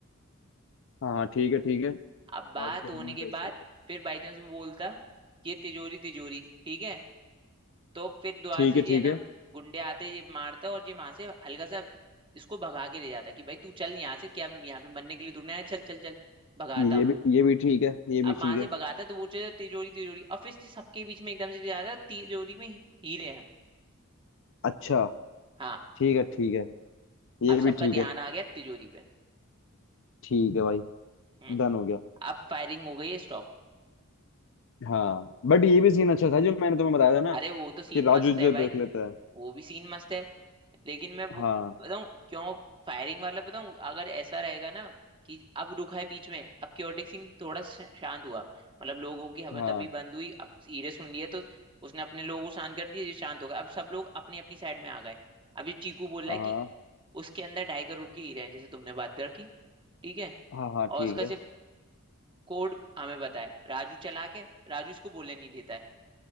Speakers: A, on the left (about 65°); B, on the right (about 25°).
A: हाँ हाँ ठीक है ठीक है
B: अब
A: ठीक
B: बात होने के बाद फिर बाई चांस वो बोलता ये तिजोरी तिजोरी ठीक है तो फिर द्वार
A: है
B: से ये
A: ठीक
B: है ना
A: है
B: गुंडे आते ये मारता और ये वहां से हल्का सा इसको भगा के ले जाता कि भाई तू चल यहाँ से क्या यहाँ पे मरने के लिए तूने आया चल चल चल भगाता
A: ये भी ये भी ठीक है ये
B: अब
A: भी ठीक
B: वहां से
A: है
B: भगाता तो वो चल तिजोरी तिजोरी और फिर से सबके बीच में एकदम से जा रहा है, तिजोरी में ही- हीरे हैं
A: अच्छा
B: हाँ
A: ठीक है ठीक है
B: अब
A: ये भी
B: सबका
A: ठीक
B: ध्यान
A: है
B: आ गया तिजोरी पे
A: ठीक है भाई
B: हम्म
A: डन हो गया
B: अब फायरिंग हो गई है स्टॉप
A: हाँ बट ये भी सीन अच्छा था जो मैंने तुम्हें बताया था ना
B: अरे वो तो सीन
A: कि राजू
B: मस्त है
A: जो
B: भाई
A: देख लेता है
B: वो भी सीन मस्त है लेकिन मैं वो
A: हाँ
B: बताऊं क्यों फायरिंग वाला बताऊं अगर ऐसा रहेगा ना कि अब रुका है बीच में अब क्योटिक सिंह थोड़ा श- शांत हुआ मतलब लोगों की हबीतबी
A: हाँ
B: बंद हुई अब हीरे सुन लिए तो उसने अपने लोगों को शांत कर दिया ये शांत हो गए अब सब लोग अपनी अपनी साइड में आ गए अब ये चीकू बोल रहा
A: हाँ
B: है कि उसके अंदर ढाई करोड़ के हीरे हैं जैसे तुमने बात रखी ठीक है
A: हाँ हाँ
B: और
A: ठीक
B: उसका
A: है
B: सिर्फ कोड हमें बताए राजू चला के राजू इसको बोलने नहीं देता है